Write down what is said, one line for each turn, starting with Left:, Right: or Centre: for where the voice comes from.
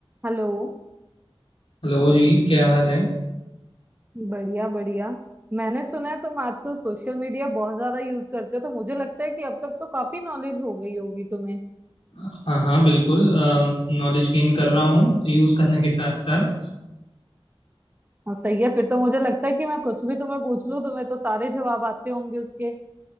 Right: Hello
Left: हेलो जी क्या हाल है
Right: बढ़िया बढ़िया मैंने सुना है तुम आजकल सोशल मीडिया बहुत ज्यादा यूज करते हो तो मुझे लगता है कि अब तक तो काफी नॉलेज हो गई होगी तुम्हें
Left: हाँ हाँ बिल्कुल नॉलेज गेन कर रहा हूँ यूज़ करने के साथ साथ
Right: हाँ सही है फिर तो मुझे लगता है कि मैं कुछ भी तुम्हें पूछ लूं तुम्हें तो सारे जवाब आते होंगे उसके